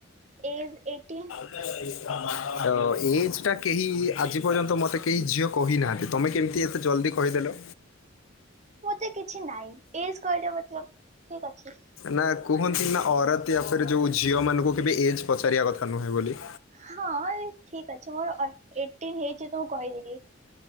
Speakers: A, on the right; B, on the left.
A: ଏଜ ଏଇଟିନ
B: <unintelligible> ତ ଏଜ ଟା କେହି ଆଜି ପର୍ଯ୍ୟନ୍ତ ମୋତେ କେହି ଝିଅ। କହିନାହାନ୍ତି ତୁମେ କେମିତି ଏତେ ଜଲ୍ଦି କହିଦେଲ।
A: ମୋତେ କିଛି ନାହିଁ ଏଜ କହିଲେ ମତଲବ ଠିକ ଅଛି।
B: ନା କୁହନ୍ତି ନା ଔରତ ୟା ଫିର୍ ଯୋଉ ଝିଅ ମାନଙ୍କୁ କେବେ ଏଜ ପଚାରିବା କଥା ନୁହେଁ ବୋଲି।
A: ହଁ ଠିକ୍ ଅଛି ମୋର ଏଇଟିନ୍ ହେଇଛି ତ ମୁଁ କହିଦେଲିି